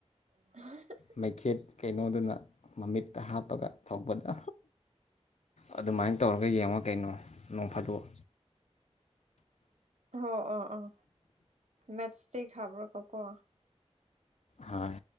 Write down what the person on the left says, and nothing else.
ꯃꯩꯈꯦꯠ ꯀꯩꯅꯣꯗꯨꯅ ꯃꯃꯤꯠꯇ ꯍꯥꯞꯄꯒ ꯊꯧꯕꯗ ꯑꯗꯨꯃꯥꯏꯅ ꯇꯧꯔꯒ ꯌꯦꯡꯉ ꯀꯩꯅꯣ ꯅꯣꯡ ꯐꯥꯗꯣꯛ
ꯍꯣꯏ